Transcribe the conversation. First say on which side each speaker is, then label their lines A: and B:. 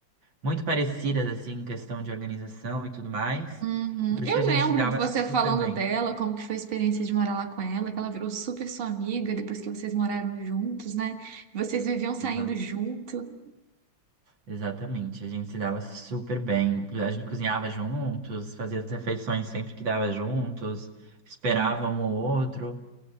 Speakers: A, on the right; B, on the right.
A: muito parecidas, assim, em questão de organização e tudo mais.
B: Uhum.
A: E por
B: Eu
A: isso que a gente
B: lembro
A: se dava
B: de você
A: super
B: falando
A: bem.
B: dela, como que foi a experiência de morar lá com ela, que ela virou super sua amiga depois que vocês moraram juntos, né? Vocês viviam saindo
A: Exato.
B: junto.
A: Exatamente, a gente se dava super bem. A gente cozinhava juntos, fazia as refeições sempre que dava juntos, esperava
B: Hum,
A: um ou outro.